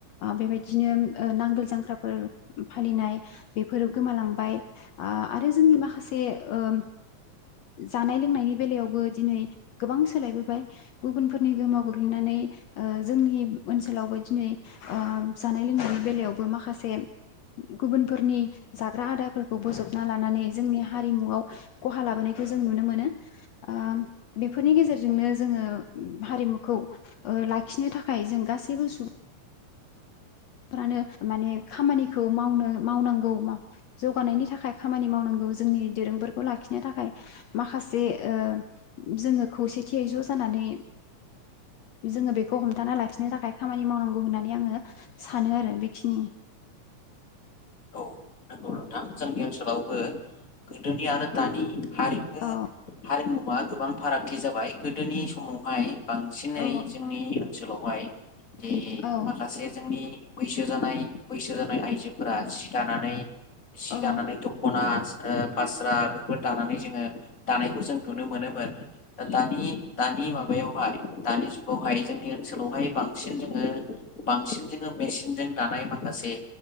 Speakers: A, on the left; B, on the left.
A: ओ बेबायदिनो ओ नांगोल जांख्राफोर फालिनाय बेफोरो गोमालांबाय आरो जोंनि माखासे ओम जानाय लोंनायनि बेलायावबो दिनै गोबां सोलायबोबाय गुबुन फोरनि गोहोमाव गोग्लैनानै ओ जोंनि ओनसोलावबो दिनै ओ जानाय लोंनायनि बेलायावबो माखासे गुबुनफोरनि जाग्रा आदारफोरखौ बोजबना लानानै जोंनि हारिमुआव खहा लाबोनायखौ जों नुनो मोनो ओम बेफोरनि गेजेरजोंनो जोङो हारिमुखौ ओ लाखिनो थाखाय जों गासैबो सुबुं फोरानो माने खामानिखौ मावनो मावनांगौ जौगानायनि थाखाय खामानि मावनांगौ जोंनि दोरोंफोरखौ लाखिनो थाखाय माखासे ओ जोङो खौसेथियै ज' जानानै जोङो बेखौ हमथाना लाखिनो थाखाय खामानि मावनांगौ होननानै आङो सानो आरो बेखिनि।
B: औ नंगौ नोंथां जोंनि ओनसोलावबो गोदोनि आरो दानि हारिमु
A: औ
B: हारिमु आं गोबां फारागथि जाबाय गोदोनि समावहाय बांसिनै
A: औ
B: जोंनि ओनसोलावहाय जे
A: औ
B: माखासे जोंनि बैसो जानाय बैसो जानाय आइजोफोरा जि दानानै जि
A: औ
B: दानानै दख'ना ओ फास्रा बेफोर दानानै जोङो दानायखौ जों नुनो मोनोमोन दानि दानि माबायावहाय दानि जुगावहाय जोंनि ओनसोलावहाय बांसिन जोङो बांसिन जोङो मेसिनजों दानाय माखासे